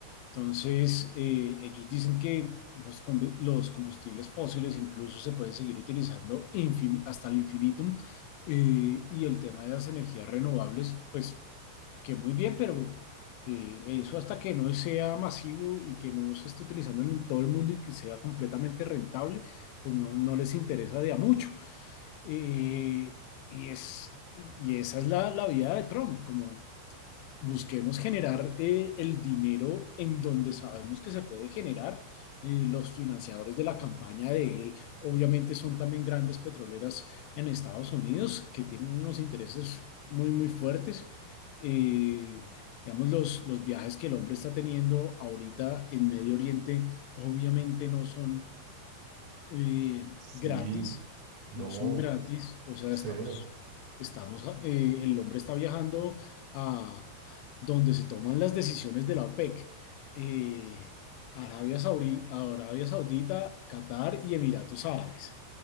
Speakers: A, on the left; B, on the right.
A: Entonces, eh, ellos dicen que los, combu- los combustibles fósiles incluso se pueden seguir utilizando infin- hasta el infinitum eh, y el tema de las energías renovables, pues que muy bien, pero eh, eso hasta que no sea masivo y que no se esté utilizando en todo el mundo y que sea completamente rentable, pues no, no les interesa de a mucho. Eh, y es, y esa es la, la vía de Trump, como busquemos generar eh, el dinero en donde sabemos que se puede generar. Eh, los financiadores de la campaña de él, obviamente, son también grandes petroleras en Estados Unidos que tienen unos intereses muy, muy fuertes. Eh, digamos, los, los viajes que el hombre está teniendo ahorita en Medio Oriente, obviamente no son eh,
B: Sí,
A: gratis,
B: no,
A: no son gratis, o sea,
B: cero,
A: estamos, estamos, eh, el hombre está viajando a donde se toman las decisiones de la OPEC, eh, Arabia Saudí, Arabia Saudita, Qatar y Emiratos Árabes.